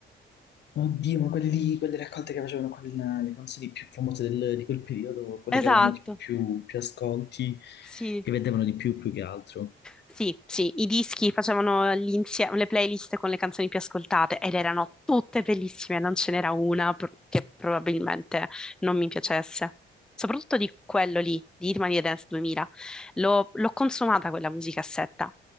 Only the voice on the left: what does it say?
oddio, ma quelli- quelle raccolte che facevano con la- le canzoni più famose del- di quel periodo, quelle
che avevano tipo più, più ascolti,
che vendevano di più più che altro.